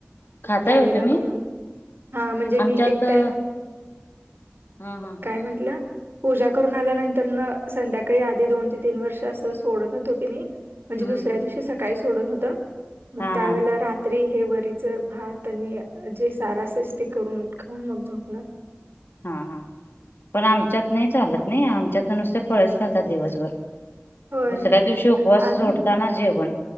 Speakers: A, on the left (about 70°); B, on the right (about 70°).
A: खाताय
B: त्यावेेळेला
A: होय तुम्ही
B: करून हा म्हणजे
A: आमच्यात
B: मी एक
A: हा
B: टाइम
A: हा
B: काय म्हटलं? पूजा करून आल्यानंतर न संध्याकाळी आधी दोन ते तीन वर्ष असं सोडत होतो की नी म्हणजे
A: हम्म
B: दुसऱ्या
A: हम्म
B: दिवशी सकाळी सोडत होत मग
A: हा
B: त्यावेळेला
A: हा
B: रा त्रि हे वरीच भात त्यांनी जे सार असेस ते करून खाऊन मग झोपणार.
A: हा हा पण आमच्यात नाही चालत नाही आमच्यात नुसते फळेच खातात दिवसभर.
B: होय
A: दुसऱ्या दिवशी उपवास
B: आम्ही
A: सोडताना च जेवण.